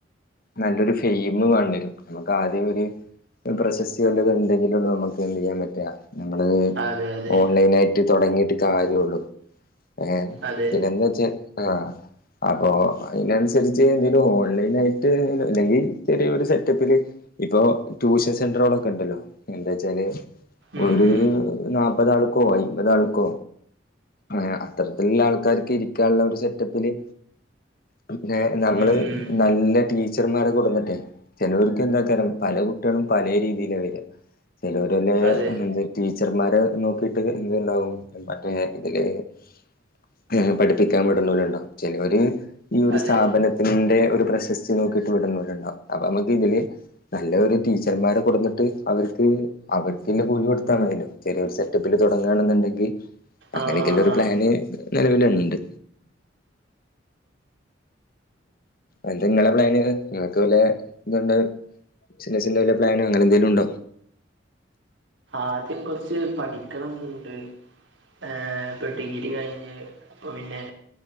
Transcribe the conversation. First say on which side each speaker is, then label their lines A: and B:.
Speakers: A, on the left; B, on the right.
A: നല്ലൊരു ഫെയിമ് വേണ്ടിവരും നമുക്കാദ്യം ഒര് പ്രശസ്തി എന്തെങ്കിലും ഇണ്ടെങ്കിലുള്ളൂ നമക്ക് എന്ത്യ്യാൻ പറ്റ ഞമ്മള്
B: അതെ അതെ
A: ഓൺലൈനായിട്ട് തോടങ്ങിട്ട് കാര്യോള്ളു. ഏ
B: അതെ
A: പിന്നെന്താ വച്ചാ ആ അപ്പൊ അയിനനുസരിച്ച് എന്തെലും ഓൺലൈൻ ആയിട്ട് അല്ലെങ്കിൽ ചെറിയൊരു സെറ്റപ്പില് ഇപ്പൊ ട്യൂഷൻ സെന്ററോളോക്കെ ഇണ്ടല്ലോ എന്തേച്ചാല്
B: ഉം
A: ഒരു
B: ഉം
A: നാല്പതാൾക്കോ അയിമ്പതാൾക്കോ ആ അത്തരത്ത്ല്ള്ള ആൾക്കാർക്ക് ഇരിക്കാള്ള ഒരു സെറ്റപ്പില് പിന്നെ നമ്മള്
B: ഉം ഉം
A: നല്ല ടീ ച്ചർമാരെ കൊടുന്നിട്ടെ ചേലോർക്ക് എന്താക്കരം പല കുട്ട്യളും പലേ രീതിയില വെരാ ചേലോ - ലോല്
B: അതെ
A: എന്താ ടീച്ചർമാരെ നോക്കിട്ട് എന്ത്ണ്ടകും മറ്റേ ഇതില്- <unintelligible> പഠിപ്പിക്കാൻ വിട് ന്നോര്ണ്ടാവും ചേലോര് ഈ ഒരു
B: അതെ
A: സ്ഥാപന- തിന്റെ ഒരു പ്രശസ്തി നോക്കിയിട്ട് വിടുന്നോല്ണ്ടാവും അപ്പോ മക്ക് ഇതില് - നല്ല ഒരു ടീച്ചർമാരെ കൊടുന്നിട്ട് അവർക്ക് അവർ - ക്കിന്റെ കൂലി കൊടുത്ത മതിയെലോ, ചെറിയ ഒരു സെറ്റപ്പില് തോടങ്ങണെന്നുണ്ടെങ്കി. അങ്ങനെക്കെള്ള
B: ആ ആ
A: ഒരു
B: ആ
A: പ്ലാന് നിലവില്ഇണ്ട്. എന്താ ഇങ്ങളെ പ്ലാന് ഇങ്ങക്ക് വല്ലാ ഇതുണ്ട? ബിസ്നസ്സിന്റെ വല്ല പ്ലാനോ- അങ്ങനെതെങ്കിലും ഉണ്ടോ?
B: ആദ്യം കുറച്ച് പഠിക്കണംന്നുണ്ട്. ആഹാ ഇപ്പോ ഡിഗ്രി കഴിഞ്ഞ്, അപ്പോ പിന്നെ